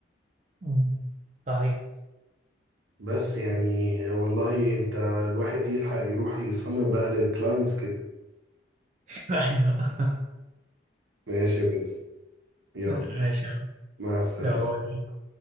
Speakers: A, on the right; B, on the right.
A: مم. صحيح
B: بس يعني والله انت الواحد يلحق يروح يصمم بقى للكلاينتس كده
A: <laughs> ايوه
B: ماشي بس يلا
A: ماشي يلا
B: مع السلامة
A: يلا باي باي.